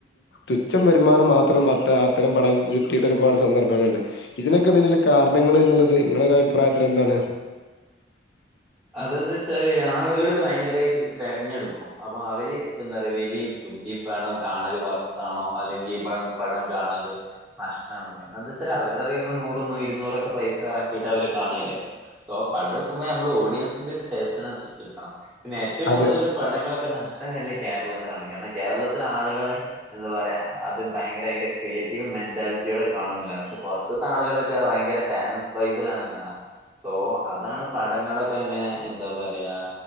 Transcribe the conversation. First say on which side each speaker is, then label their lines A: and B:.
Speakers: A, on the left (about 65°); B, in the centre.
A: തുച്ഛം വരുമാനം മാത്രം അത്ത അത്തരം പടം കിട്ടിയിട്ട് ഒരുപാട് സന്ദർഭങ്ങളുണ്ട് ഇതിനൊ പിന്നില് കാരണങ്ങൾ എന്നുള്ളത് നിങ്ങടെ ഒരു അഭിപ്രായത്തിൽ എന്താണ്
B: അതെന്താ വച്ചാല് ആളുകള് ഭയങ്കരമായിട്ട് തെരഞ്ഞെടുക്കും അപ്പൊ അവര് എന്താ പറ വിലയിരുത്തും ഈ പടം കാണല് വർത്താണോ അല്ലെങ്കിൽ ഈ പടം കാണല് നഷ്ടമാണോ എന്താന്ന് വെച്ചാല് അവരുടെ കയ്യിൽ നിന്ന് നൂറ് ഇരുന്നൂറൊക്കെ പൈസ ഇറക്കിയിട്ട് അവര് കാണുകല്ലേ സോ പടം എടുക്കുമ്പോ നമ്മള് ഓ ഡിയൻസിന്റെ ഒരു ടേസ്റ്റിന് അനുസരിച്ച് എടുക്കണം പിന്ന ഏറ്റവും കൂടുതല്
A: അതെ
B: പടങ്ങളൊക്കെ കൃഷ്ണഹള്ളി കേരളത്തിലാണ് കാരണം കേരളത്തിലെ ആളുകൾ എന്താ പറയാ അത് ഭയങ്കര അതിന്റെ ക്രിയേറ്റീവ് മെന്റാലിറ്റിയൊടെ കാണില്ല പക്ഷെ പുറത്തത്തെ ആളുകളൊക്കെ ഭയങ്കര ഫാൻസ് ബൈബിലാണ് കാണ സോ അതാണ് പടങ്ങളെ അങ്ങനെ എന്താ പറയാ